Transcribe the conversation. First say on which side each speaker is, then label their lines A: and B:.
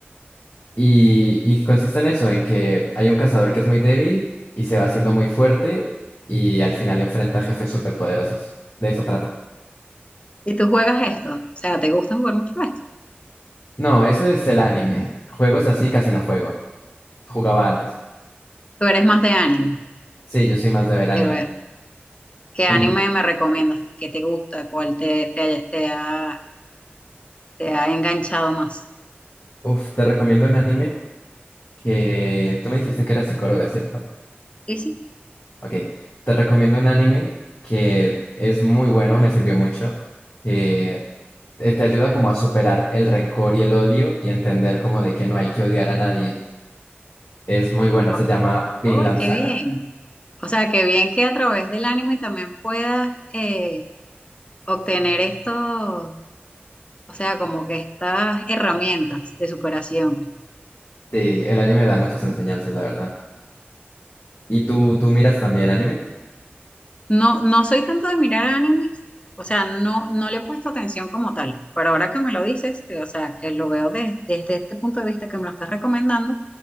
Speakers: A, on the left; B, on the left.
A: Y, y consiste en eso, en que hay un cazador que es muy débil y se va haciendo muy fuerte y al final enfrenta a jefes superpoderosos. De eso trata.
B: ¿Y tú juegas esto? O sea, ¿te gusta jugar mucho esto?
A: No, eso es el anime. Juegos así casi no juego. Jugaba antes.
B: ¿Tú eres más de anime?
A: Sí, yo soy más de ver anime.
B: De ver, ¿qué
A: Y,
B: anime me recomiendas? ¿Qué te gusta? ¿Cuál te, te, te ha, te ha enganchado más?
A: uff, te recomiendo un anime que... Tú me dijiste que eras psicóloga, ¿cierto?
B: Sí, sí.
A: Ok. Te recomiendo un anime que es muy bueno, me sirvió mucho. que eh, te ayuda como a superar el rencor y el odio y entender como de que no hay que odiar a nadie. Es muy buena,
B: Guau.
A: se llama Vinland
B: ¡Ay, qué
A: Saga.
B: bien! O sea, qué bien que a través del anime también puedas eh, obtener esto, o sea, como que estas herramientas de superación.
A: Sí, el anime da muchas enseñanzas, la verdad. ¿Y tú, tú miras también anime?
B: No, no soy tanto de mirar animes, o sea, no, no le he puesto atención como tal, pero ahora que me lo dices, eh, o sea, que lo veo de- desde este punto de vista que me lo estás recomendando,